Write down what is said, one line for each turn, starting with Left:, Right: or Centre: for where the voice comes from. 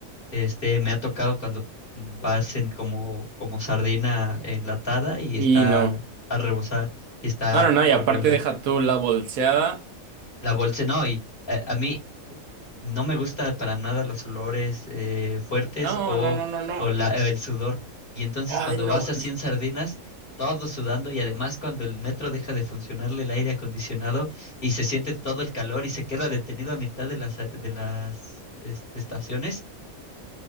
Left: Este, me ha tocado cuando mm, vas en como, como sardina enlatada y
Right: Y
Left: está
Right: no.
Left: a rebosar y está
Right: No, no, no.
Left: horrible.
Right: Y aparte deja tú la bolseada.
Left: La bolsa, no, y eh, a, mí no me gusta para nada los olores eh, fuertes
Right: No,
Left: o,
Right: no, no, no, no.
Left: o la- el sudor. Y entonces
Right: Ay,
Left: cuando
Right: no.
Left: vas así en sardinas, todo sudando y además cuando el metro deja de funcionarle el aire acondicionado y se siente todo el calor y se queda detenido a mitad de las, de las este, estaciones.